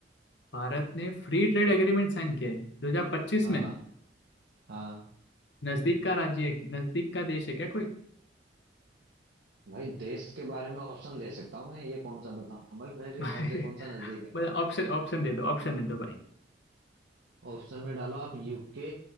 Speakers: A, on the left; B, on the right.
A: भारत ने फ्री ट्रेड एग्रीमेंट साइन किया है 2025
B: हाँ
A: में
B: हाँ
A: नजदीक का राज्य है नजदीक का देश है क्या कोई
B: भाई देश के बारे में ऑप्शन दे सकता हूँ मैं ये कौन सा बताऊँ भाई मेरे
A: <laughs> भाई
B: हिसाब से कौन सा नजदीक है
A: मतलब ऑप्शन ऑप्शन दे दो ऑप्शन दे दो भाई
B: ऑप्शन में डालो आप यूके